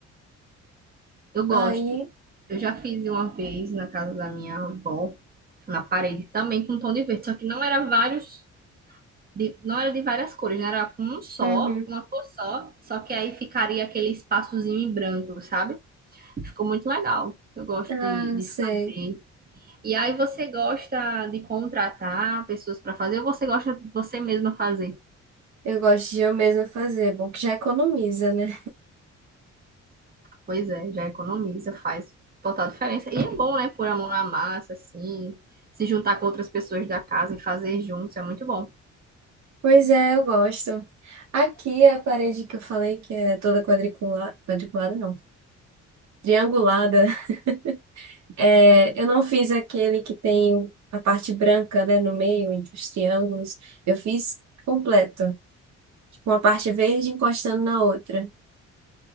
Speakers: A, on the right; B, on the right.
A: Eu gosto.
B: Aí,
A: Eu já fiz uma vez na casa da minha avó, na parede também com tom de verde, só que não era vários, de, não era de várias cores, né? Era com um só,
B: uhum.
A: uma cor só, só que aí ficaria aquele espaçozinho em branco, sabe? Ficou muito legal. Eu gosto
B: Ah,
A: de, de
B: sei.
A: fazer. E aí você gosta de contratar pessoas para fazer ou você gosta de você mesma fazer?
B: Eu gosto de eu mesma fazer, É bom que já economiza, né?
A: Pois é, já economiza, faz total diferença. E é bom, né, pôr a mão na massa, assim, se juntar com outras pessoas da casa e fazer juntos, é muito bom.
B: Pois é, eu gosto. Aqui a parede que eu falei, que é toda quadriculada, quadriculada não, triangulada, <laughs> é, eu não fiz aquele que tem a parte branca, né, no meio, entre os triângulos. Eu fiz completo, com a parte verde encostando na outra.